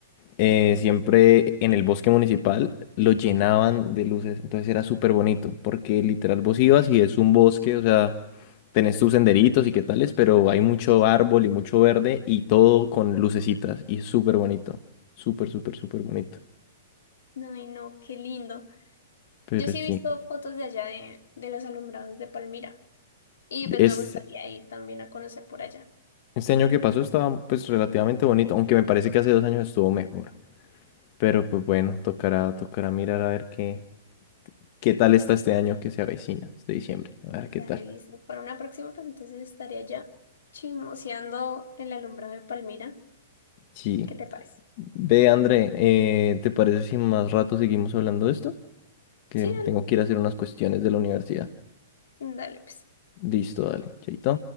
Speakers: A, on the left; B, on the left.
A: eh, siempre en el bosque municipal lo llenaban de luces, entonces era súper bonito, porque literal vos ibas y es un bosque, o sea, tenés tus senderitos y qué tales, pero hay mucho árbol y mucho verde y todo con lucecitas y es súper bonito, súper, súper, súper bonito.
B: Ay, no, qué lindo.
A: Pero
B: Yo sí
A: sí,
B: he visto fotos de allá de, de los alumbrados de Palmira y pues
A: es,
B: me gustaría ir también a conocer por allá.
A: este año que pasó estaba pues relativamente bonito, aunque me parece que hace dos años estuvo mejor. Pero pues bueno, tocará, tocará mirar a ver qué, qué tal está este año que se avecina, este diciembre, a ver
B: Dale,
A: qué tal.
B: listo. Para una próxima, pues entonces estaré allá chismoseando el alumbrado de Palmira.
A: Sí.
B: ¿Qué te parece?
A: Ve, André, eh, ¿te parece si más rato seguimos hablando de esto? Que
B: Sí, dale.
A: tengo que ir a hacer unas cuestiones de la universidad.
B: Dale, pues.
A: Listo, dale, chaito.